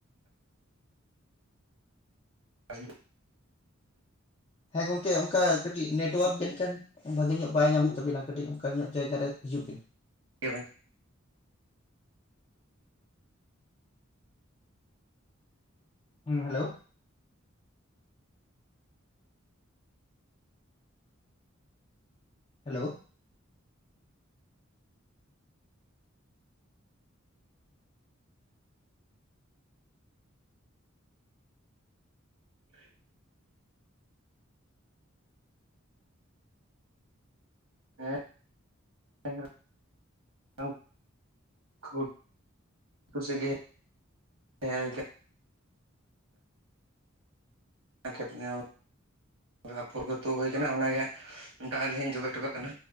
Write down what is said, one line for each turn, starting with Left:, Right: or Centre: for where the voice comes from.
Right: <inaudible>
Left: ᱦᱮᱸ ᱜᱚᱝᱠᱮ ᱚᱱᱠᱟ ᱠᱟᱹᱴᱤᱡ ᱱᱮᱴᱚᱣᱟᱨᱠ ᱡᱟᱱᱤᱡ ᱠᱷᱟᱱ ᱵᱷᱟᱜᱮ ᱧᱚᱜ ᱵᱟᱭ ᱧᱟᱢᱮᱫ ᱛᱟᱹᱵᱤᱱᱟ ᱠᱟᱹᱴᱤᱡ ᱚᱱᱠᱟᱱ ᱧᱚᱜ ᱡᱟᱭᱜᱟ ᱨᱮ ᱦᱤᱡᱩᱜ ᱵᱤᱱ᱾
Right: ᱪᱮᱫ ᱵᱮᱱ
Left: ᱦᱩᱸ ᱦᱮᱞᱳ᱾ ᱦᱮᱞᱳ᱾
Right: <inaudible> <inaudible> <inaudible> <inaudible> ᱟᱫᱚ ᱟᱯᱷᱚᱨ ᱜᱮᱛᱚ ᱦᱩᱭ ᱠᱟᱱᱟ ᱚᱱᱟᱜᱮ ᱫᱟᱜ ᱨᱮ ᱞᱤᱞ ᱡᱚᱵᱮ ᱦᱚᱴᱚ ᱠᱟᱜ ᱠᱟᱱᱟ᱾